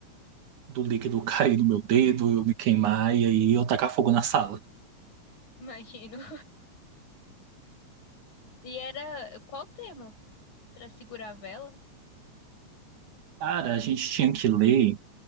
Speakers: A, on the right; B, on the left.
A: do líquido <laughs> cair no meu dedo, eu me queimar e aí eu tacar fogo na sala.
B: imagino. <laughs> E era qual o tema? Pra segurar a vela?
A: Cara, a gente tinha que ler.